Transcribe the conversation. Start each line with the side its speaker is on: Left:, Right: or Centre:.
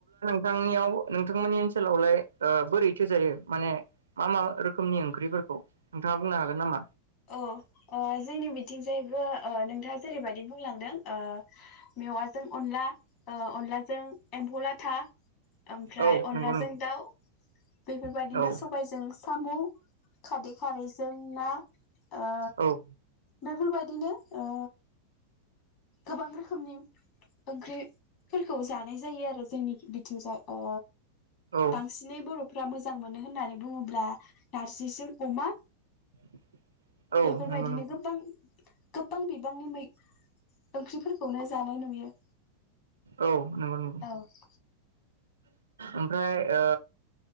Right: थांनियाव नोंथांमोननि ओनसोलावलाय ओ बोरैथो जायो? माने मा मा रोखोमनि ओंख्रिफोरखौ नोंथांङा बुंनो हागोन नामा?
Left: औ ओ जोंनि बिथिंजायबो ओ नोंथांङा जेरै बायदि बुंलांदों ओ मेवाजों अनला, ओ अनलाजों एम्फौ ला था, ओमफ्राय
Right: औ
Left: अनलाजों
Right: नंगौ नों
Left: दाव बेफोरबायदिनो
Right: औ
Left: सबाय जों साम' खारदै खारैजों ना ओ
Right: औ
Left: बेफोर बादिनो ओ गोबां रोखोमनि ओंख्रिफोरखौ जानाय जायो आरो जोंनिखि बिथिं जाय ओ
Right: औ
Left: बांसिनै बर'फ्रा मोज मोजां मोनो होननानै बुंङोब्ला नारजि जों अमा
Right: <unintelligible> औ
Left: बेफोरबायदिनो
Right: नंगौ नंगौ
Left: गोबां गोबबां बिबांनि मै ओंख्रिफोरखौनो जानाय नुयो।
Right: औ नंगौ नंगौ।
Left: औ
Right: ओमफ्राय ओ